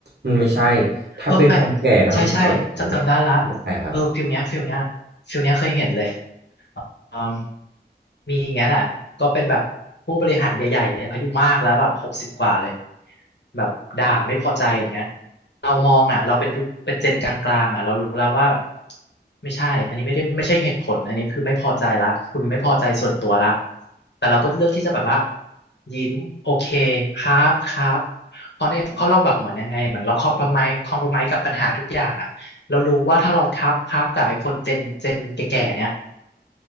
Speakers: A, on the right; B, on the left.
A: มันไม่ใช่ถ้าเป็นคนแก่แล้วทำตัวแบบนี้
B: เออแปลกใช่ใช่จะจำได้ละ
A: ไม่ได้ครับ
B: เออฟิลเนี้ยฟิลเนี้ยฟิลเนี้ยเคยเห็นเลย เอิ่มมีอย่างเงี้ยแหละก็เป็นแบบผู้บริหารใหญ่ๆเลยอายุมากแล้วแบบหกสิบกว่าเลยแบบด่าไม่พอใจอย่างเงี้ยเรามองอ่ะเราเป็นยุคเป็นเจนกลางๆอ่ะเรารู้แล้วว่าแบบไม่ใช่อันนี้ไม่ได้ไม่ใช่เหตุผลอันนี้คือไม่พอใจละคุณไม่พอใจส่วนตัวละแต่เราก็เลือกที่จะแบบว่ายิ้มโอเคครับครับเพราะในเพราะเราแบบเหมือนยังไงเหมือนเราคอมพ o ไ s e คอมพ o ไ s e กับปัญหาทุกอย่างอ่ะเรารู้ว่าถ้าเราครับครับกับไอ้คนเจนเจนแก่ๆเนี้ย